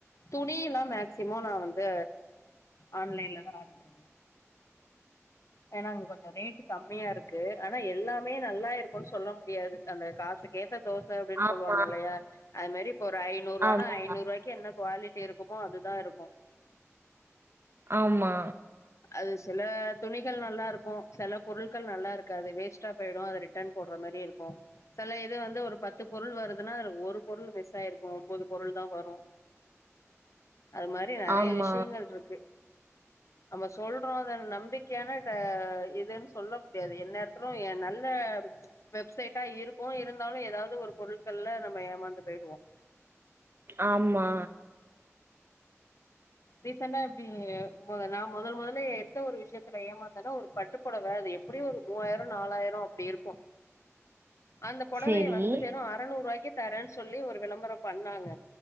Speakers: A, on the left; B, on the right.
A: டி லாம் மேக்சிமம் இப்ப நா வந்து ஆன்லைன்லா ஆடர் பண்ணுற ஏன்னா அங்க கொஞ்ச ரேட்டு் கம்மியா இருக்கு ஆனா எல்லாமே நல்லா இருக்குன்னு சொல்ல முடியாது அந்த காசுக்கே முட்டா தோச அப்படின்னு
B: ஆமா
A: சொல்வாங்கல்லா அதமாரி இப்ப ஒரு நூறு ரூவாய்க்கு
B: ஆமா
A: என்ன குலிட்டி இருக்குமோ அதுதா இருக்கும்
B: ஆமா
A: அது சில துணிகள் நல்லாருக்கும் சில பொருட்கள் நல்லா இருக்காது வேஸ்டா போயிடும் அத ரிட்டர்ன் போடுற மாரி இருக்கும் சில இது வந்து ஒரு பத்து பொருள் வருதுன்னா அதுல ஒரு பொருள் மிஸ் ஆயிருக்கும் ஒம் போது பொருள் தான் வரும் அது மாரி நறைய
B: ஆமா
A: விஷயங்கள் இருக்கு நம்ம சொல்றோம் அத நம்பிக் க்கையான இதுன்னு சொல்ல முடியாது என் நேரத்திலும் நல்ல வெப்சைட்டா இருக்கும் இருந்தாலும் ஏதாவது ஒரு பொருட்கள்ல நம்ம ஏமாந்து போய்டுவோம்
B: ஆமா
A: ரீசண்டா இப்டி நா மொதல் மொதல எந்த ஒரு விஷயத்துல ஏமாந்தேன்னா ஒரு பட்டுப்பொடவ அது எப்படியும் ஒரு மூவாயிரம் நாலாயிரம் அப்டி இருக்கும் அந்த பொடவைய
B: செரி
A: வந்து வெறும் அறநூரூவாய்க்கு தரேன் சொல்லி ஒரு விளம்பரம் பண்ணாங்க